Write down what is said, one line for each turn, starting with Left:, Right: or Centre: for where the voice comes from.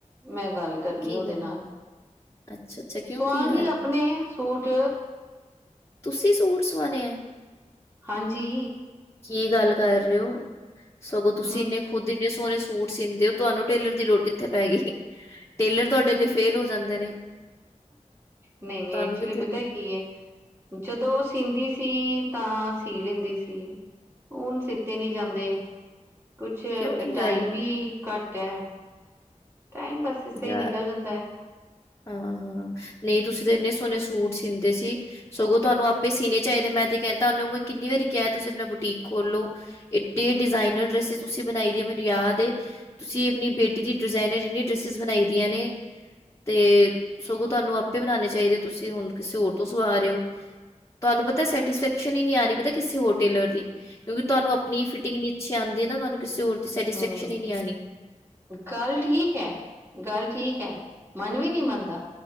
Right: ਮੈਂ ਗੱਲ ਕਰਨੀ
Left: ਕੀ
Right: ਉਹਦੇ
Left: ਗੱਲ
Right: ਨਾਲ,
Left: ਅੱਛਾ ਅੱਛਾ ਕਿਉਂ
Right: ਸੁਆਗੀ
Left: ਕੀ ਗੱਲ
Right: ਆਪਣੇ ਸੂਟ
Left: ਤੁਸੀਂ ਸੂਟ ਸਵਾਣੇ ਹੈ?
Right: ਹਾਂਜੀ।
Left: ਕੀ ਗੱਲ ਕਰ ਹੋ? ਸਗੋਂ ਤੁਸੀਂ
Right: ਹਮ
Left: ਇੰਨੇ ਖੁੱਦ ਇੰਨੇ ਸੋਹਣੇ ਸੂਟ ਸੀਂਦੇ ਹੋ, ਤੁਹਾਨੂੰ ਟੇਲਰ ਦੀ ਲੋੜ ਕਿੱਥੇ ਪੈ ਗਈ ਟੇਲਰ ਤੁਹਾਡੇ ਅੱਗੇ ਫੇਲ ਹੋ ਜਾਂਦੇ ਨੇ।
Right: ਨਹੀਂ-ਨਹੀਂ
Left: ਤੁਹਾਨੂੰ
Right: ਐਕਚੁਲੀ
Left: ਕਿੱਥੇ ਲ
Right: ਪਤਾ ਕੀ ਹੈ ਜਦੋਂ ਉਹ ਸੀਂਦੀ ਸੀ ਤਾਂ ਸੀ ਲੈਂਦੀ ਸੀ ਹੁਣ ਸਿੱਤੇ ਨੀ ਜਾਂਦੇ, ਕੁਛ
Left: ਕਿਉਂ ਕੀ
Right: ਟਾਈਮ
Left: ਗੱਲ
Right: ਘੱਟ ਐ ਟਾਈਮ ਬਸ ਇਸ ਸੇ
Left: ਯਾਰ
Right: ਹੀ ਨਿਕਲ ਜਾਂਦਾ ਹੈ।
Left: ਹਾਂ-ਹਾਂ, ਨਹੀਂ ਤੁਸੀਂ ਤਾਂ ਇੰਨੇ ਸੋਹਣੇ ਸੂਟ ਸੀਂਦੇ ਸੀ ਸਗੋਂ ਤੁਹਾਨੂੰ ਆਪੇ ਸੀਣੇ ਚਾਹੀਦੇ ਮੈਂ ਤੇ ਕਿਹਾ ਤੁਹਾਨੂੰ ਕਿੰਨੀ ਵਾਰੀ ਕਿਹਾ ਤੁਸੀਂ ਆਪਣਾ ਬੁਟੀਕ ਖੋਲੋ ਇਡੇ ਡਿਜ਼ਾਇਨਰ ਡਰੈਸ ਤੁਸੀਂ ਬਣਾਈ ਦੀਆਂ ਮੈਨੂੰ ਯਾਦ ਏ, ਤੁਸੀਂ ਆਪਣੀ ਬੇਟੀ ਦੀ ਡਿਜ਼ਾਇਨਰ ਇੰਨੇ ਡਰਸਿਸ ਬਣਾਈ ਦੀਆਂ ਨੇ ਤੇ ਸਗੋਂ ਤੁਹਾਨੂੰ ਆਪੇ ਬਣਾਉਣੇ ਚਾਹੀਦੇ ਤੁਸੀਂ ਹੁਣ ਕਿਸੇ ਹੋਰ ਤੋਂ ਸਵਾ ਰਹੇ ਹੋ। ਤੁਹਾਨੂੰ ਪਤਾ ਸੈਟਿਸਫੈਕਸ਼ਨ ਹੀ ਨੀ ਆਹੀ ਪਤਾ ਕਿਸੇ ਹੋਟੇਲਰ ਦੀ। ਕਿਉਂਕਿ ਤੁਹਾਨੂੰ ਆਪਨੀ ਫਿਟਿੰਗ ਨਹੀ ਅੱਛੀ ਆਉਂਦੀ ਨਾ ਤੁਹਾਨੂੰ ਕਿਸੇ ਹੋਰ ਦੀ ਸੈਟਿਸਫੈਕਸ਼ਨ
Right: ਹਮ
Left: ਨੀ ਆਉਣੀ।
Right: ਗੱਲ ਠੀਕ ਹੈ, ਗੱਲ ਠੀਕ ਹੈ, ਮਨ ਵੀ ਨਹੀਂ ਮੰਨਦਾ।